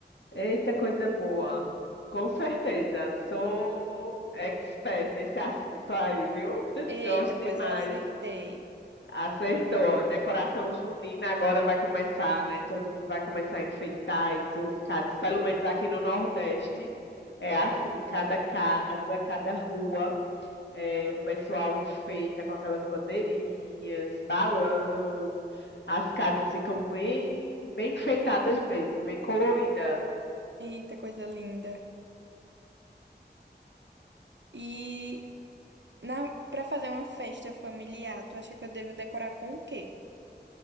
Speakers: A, on the left; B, on the right.
A: Eita, coisa boa. Com certeza, sou expert nesse assunto aí, viu? <laughs>
B: Eita,
A: Gosto
B: pois
A: demais.
B: eu acertei.
A: Acertou. Decoração junina agora vai começar, né? Todo mundo vai começar a enfeitar as suas casas, pelo menos aqui no Nordeste. É assim, cada casa, cada rua. É, o pessoal enfeita com aquelas bandeirinhas, balão. As casas ficam bem, bem enfeitadas mesmo, bem colorida.
B: Eita, coisa linda. E Na, para fazer uma festa familiar, tu acha que eu devo decorar com o quê?